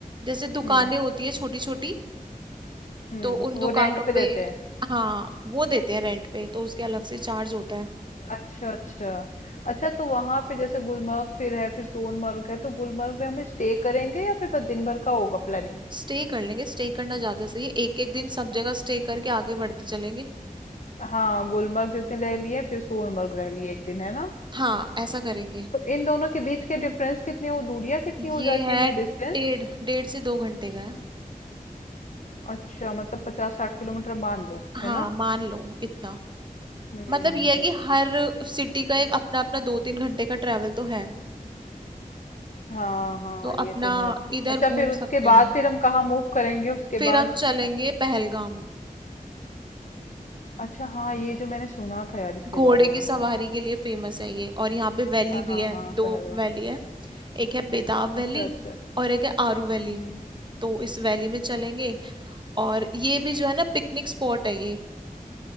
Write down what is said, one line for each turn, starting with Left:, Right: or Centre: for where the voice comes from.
Right: जैसे दुकानें
Left: हम्म
Right: होती है छोटी छोटी
Left: हम्म
Right: तो उन दुकानों
Left: वो रेंट पे देते
Right: पे
Left: हैं
Right: हाँ वो देते हैं रेंट पे तो उसके अलग से चार्ज होता है
Left: अच्छा, अच्छा। अच्छा तो वहाँ पे जैसे गुलमर्ग फिर है, फिर सोनमर्ग है, तो गुलमर्ग में हम स्टे करेंगे या फिर बस दिन भर का होगा प्लानिंग?
Right: स्टे कर लेंगे स्टे करना ज्यादा सही है एक एक दिन सब जगह स्टे करके आगे बढ़ते चलेंगे
Left: हाँ, गुलमर्ग एक दिन रह लिए, फिर सोनमर्ग रह लिए एक दिन, है ना?
Right: हाँ ऐसा करेंगे
Left: तो इन दोनों के बीच के डिफरेंस कितने हो दूरियां कितनी
Right: ये
Left: हो जाती
Right: है
Left: होंगी
Right: डेढ़
Left: डिस्टेंस?
Right: डेढ़ से दो घंटे का है
Left: अच्छा, मतलब पचास साठ किलोमीटर मान लो,
Right: हाँ
Left: है ना?
Right: मान लो इतना
Left: हम्म
Right: मतलब ये
Left: हम्म
Right: है कि हर सिटी का एक अपना अपना दो तीन घंटे का ट्रेवल तो है
Left: हाँ हाँ
Right: तो
Left: ये
Right: अपना
Left: तो है
Right: इधर
Left: अच्छा
Right: घूम
Left: फिर उसके
Right: सकते हैं
Left: बाद फिर हम कहाँ मूव करेंगे उसके
Right: फिर
Left: बाद
Right: हम चलेंगे पहलगाम
Left: अच्छा हाँ ये जो मैंने सुना था यार इसके
Right: घोड़े
Left: बारे में
Right: की सवारी
Left: हाँ हाँ
Right: के लिए फेमस है ये और यहाँ पे वैली
Left: हाँ हाँ
Right: भी है
Left: हाँ,
Right: दो
Left: पहलगाम
Right: वैली है एक है बेदाव वैली
Left: अच्छा अच्छा
Right: और एक है आरू वैली
Left: हम्म,
Right: तो इस वैली में चलेंगे और ये भी जो है ना पिकनिक स्पॉट है ये